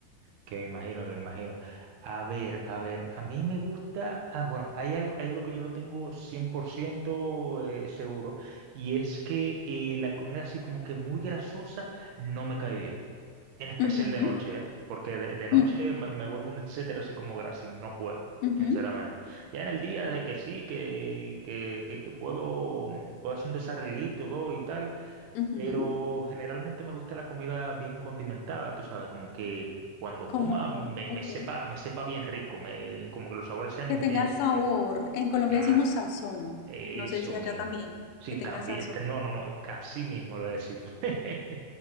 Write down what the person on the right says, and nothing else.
Que me imagino, que me imagino. A ver, a ver, a mí me gusta, ah, bueno, hay algo, hay algo que yo lo tengo 100% eh, seguro, y es que eh, la comida así como que muy grasosa no me cae bien, en especial
de noche, ¿eh? Porque de, de noche
me, me vuelvo un etcétera así como grasa y no puedo,
sinceramente. Ya en el día de que sí, que, que, que, que puedo, puedo hacer un desarreglito, todo y tal,
pero generalmente me gusta la comida bien condimentada, tú sabes, como que cuando
coma me,
me sepa, me sepa bien rico, me, como que los sabores sean
intensos
y tal.
Claro.
Eso
mismo.
Sí,
también.
te- No, no, no. Así mismo lo decimos. <laughs>